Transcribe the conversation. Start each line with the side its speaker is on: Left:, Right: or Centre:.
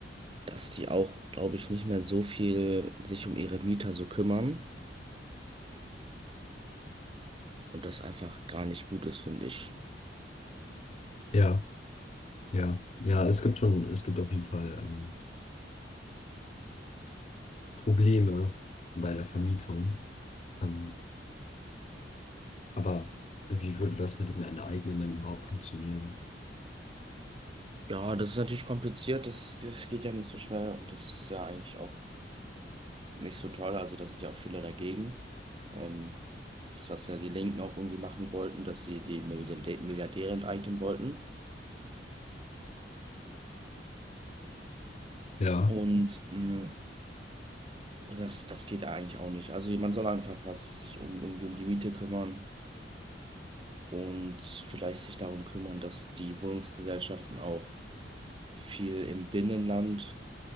Right: dass die auch, glaube ich, nicht mehr so viel sich um ihre Mieter so kümmern und das einfach gar nicht gut ist, finde ich.
Left: ja, ja, ja, es gibt schon, es gibt auf jeden Fall ähm, Probleme bei der Vermietung. Ähm, aber wie würde das mit dem Enteignen denn überhaupt funktionieren?
Right: Ja, das ist natürlich kompliziert, das, das geht ja nicht so schnell und das ist ja eigentlich auch nicht so toll, also da sind ja auch viele dagegen. Ähm, das, was ja die Linken auch irgendwie machen wollten, dass sie die Milliardä- Milliardäre enteignen wollten.
Left: Ja,
Right: Und mh, Ja, Das, das geht eigentlich auch nicht. Also man soll einfach was sich um, irgendwie um die Miete kümmern und vielleicht sich darum kümmern, dass die Wohnungsgesellschaften auch viel im Binnenland,